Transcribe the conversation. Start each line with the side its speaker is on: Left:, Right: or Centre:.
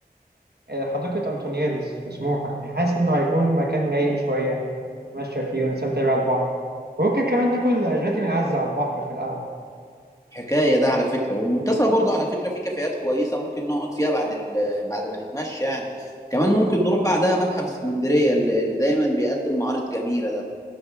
Right: حديقة أنطونيادس في سموحة يعني حاسس إنه هيكون مكان رايق شوية نتمشى فيه ونستمتع بيه على البحر وممكن كمان ناكل جاتي من عزة على البحر في القلعة
Left: حكاية ده على فكرة والمنتزه برضو على فكرة في كافيهات كويسة ممكن نقعد فيها بعد ال... بعد ما نتمشى يعني كمان ممكن نروح بعدها متحف اسكندرية اللي اللي دايما بيقدم معارض جميلة ده